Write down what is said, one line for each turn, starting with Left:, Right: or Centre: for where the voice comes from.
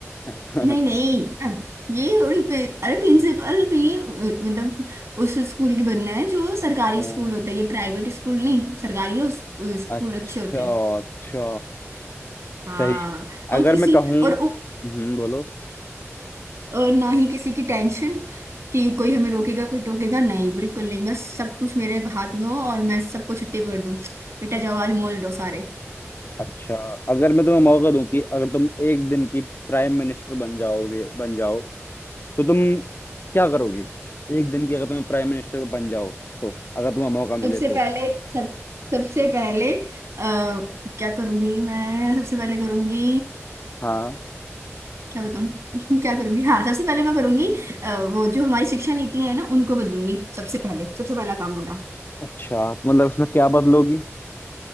Left: <laughs>
Right: नहीं नहीं हाँ, ये थोड़ी पे, अरे प्रिंसिपल भी अ, मतलब उस स्कूल की बनना है जो सरकारी
Left: हाँ।
Right: स्कूल होता है ये प्राइवेट स्कूल नहीं सरकारी का उस, उस स्कूल
Left: अच्छा
Right: अच्छे होते हैं
Left: अच्छा
Right: हाँ
Left: सही
Right: और
Left: अगर
Right: किसी
Left: मैं कहूँ
Right: और
Left: हम्म बोलो
Right: और ना ही किसी की टेंशन कि कोई हमें रोकेगा कोई टोकेगा नहीं बिल्कुल नहीं बस सब कुछ मेरे हाथ में हो और मैं सबको छुट्टी कर दूं बेटा जाओ आज मौज लो सारे
Left: अच्छा अगर मैं तुम्हें मौका दूं कि अगर तुम एक दिन की प्राइम मिनिस्टर बन जाओगे बन जाओ तो तुम क्या करोगी एक दिन की अगर तुम्हें प्राइम मिनिस्टर बन जाओ तो अगर तुम्हें मौका मिले
Right: सबसे
Left: तो
Right: पहले सब सबसे पहले आ, क्या करूंगी मैं सबसे पहले करूंगी
Left: हाँ
Right: क्या बताऊं <laughs> क्या करूंगी हाँ सबसे पहले मैं करूंगी अ, वो जो हमारी शिक्षा नीति है ना उनको बदलूंगी सबसे पहले सबसे पहला काम मेरा
Left: अच्छा तो मतलब उसमें क्या बदलोगी